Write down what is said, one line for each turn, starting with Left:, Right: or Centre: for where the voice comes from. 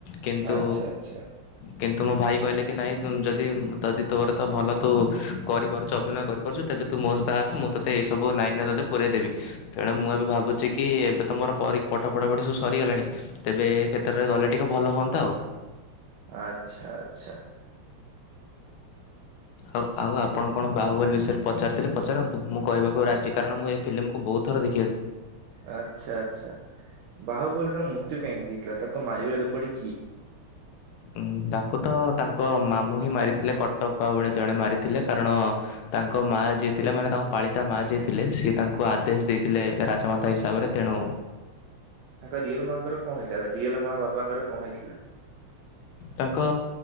Left: କିନ୍ତୁ
Right: ଆଚ୍ଛା ଆଚ୍ଛା
Left: କିନ୍ତୁ ମୋ ଭାଇ କହିଲେ କି ନାଇଁ ଯଦି ଯଦି ତ ତୋର ତ ଭଲ ତୁ କରିପାରୁଛୁ ଅଭିନୟ କରିପାରୁଛୁ ତେବେ ତୁ ମୋ ସଇତ ଆସେ ମୁଁ ତୋତେ ଏଇବୁ ଲାଇନରେ ତୋତେ ପୁରେଇ ଦେବି ତେଣୁ ମୁଁ ଏ ଏ ଭାବୁଛି କି ଏବେ ତ ମୋର ପରି ପାଠ ପଢାପଢି ସବୁ ସରିଗଲାଣି ତେବେ ଏ କ୍ଷେତ୍ରରେ ଗଲେ ଟିକେ ଭଲ ହୁଅନ୍ତା ଆଉ।
Right: ଆଚ୍ଛା ଆଚ୍ଛା।
Left: ଆଉ ଆଉ ଆପଣ କଣ ବାହୁବଲୀ ବିଷୟରେ ପଚାରିଥିଲେ ପଚାରନ୍ତୁ ମୁଁ କହିବାକୁ ରାଜି କାରଣ ମୁଁ ଏ ଫିଲମକୁ ବହୁ ଥର ଦେ
Right: ଆଚ୍ଛା ଆଚ୍ଛା ବାହୁବଲୀ ର ମୃତ୍ୟୁ କାହିଁକି ହେଇଥିଲା ତାକୁ ମାରିବା ଲୋକ ଟି
Left: ଉ ତାକୁ ତ ତାଙ୍କ ମାମୁଁ ହିଁ ମାରିଥିଲେ କଟପ ଭଣୀ ଜଣେ ମାରିଥିଲେ କାରଣ ତାଙ୍କ ମା ଯିଏ ଥିଲେ ମାନେ ତା ପାଳିତା ମା ଯିଏ ଥିଲେ ସି ତାଙ୍କୁ
Right: ଆଜ୍ଞା।
Left: ଆଦେଶ ଦେଇଥିଲେ ରାଜମାତା ହିସାବରେ ତେଣୁ
Right: ତାଙ୍କ ରିଅଲ ମାଙ୍କର କଣ ହେଇଥିଲା ରିଅଲ ମା ବାପାଙ୍କର କଣ ହେଇଥିଲା?
Left: ତାଙ୍କ